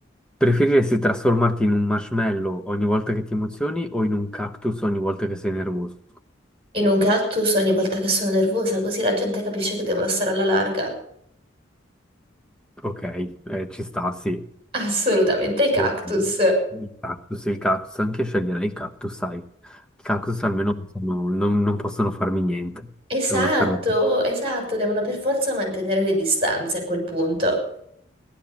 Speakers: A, in the centre; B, on the right (about 30°).
A: Preferiresti trasformarti in un marshmallow ogni volta che ti emozioni o in un cactus ogni volta che sei nervoso?
B: E non cactus ogni volta che sono nervosa, così la gente capisce che devono stare alla larga.
A: Ok, eh, ci sta, sì.
B: Assolutamente, i cactus.
A: Eh, Il cactus, il cactus, anche sceglierei il cactus, sai. Il cactus almeno sono- non, non possono farmi niente,
B: Esatto,
A: devono starmi...
B: esatto, devono per forza mantenere le distanze a quel punto.